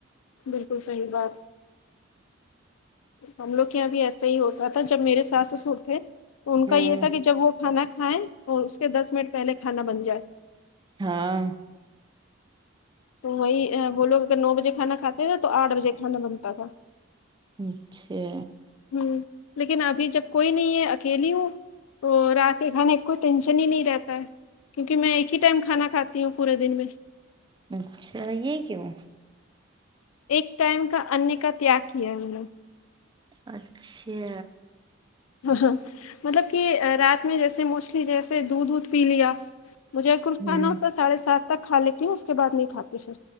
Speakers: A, on the left (about 80°); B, on the right (about 20°).
A: بالکل صحیح بات ہم لوگ کے یہاں بھی ایسے ہی ہوتا تھا جب میرے ساس سسر تھے تو ان
B: ہوں
A: کا یہ تھا کہ جب وہ کھانا کھائیں تو اس کے دس منٹ پہلے کھانا بن جائے
B: ہاں
A: تو وہی وہ لوگ اگر نو بجے کھانا کھاتے نا تو آٹھ بجے کھانا بنتا تھا
B: اچھا
A: ہم لیکن ابھی جب کوئی نہیں ہے اکیلی ہو تو رات کے کھانے کا کوئی ٹینشن ہی نہیں رہتا ہے کیونکہ میں ایک ہی ٹائم کھانا کھاتی ہوں پورے دن میں
B: اچھا یہ کیوں
A: ایک ٹائم کا انیہ کا تیاگ کیا ہے میں نے
B: اچھا
A: ہاں ہاں مطلب کہ رات میں جیسے موسٹلی جیسے دودھ وودھ پی لیا مجھے کچھ
B: ہوں
A: کھانا ہوتا سڑھے سات تک کھا لیتی ہوں اس کے بعد نہیں کھاتی پھر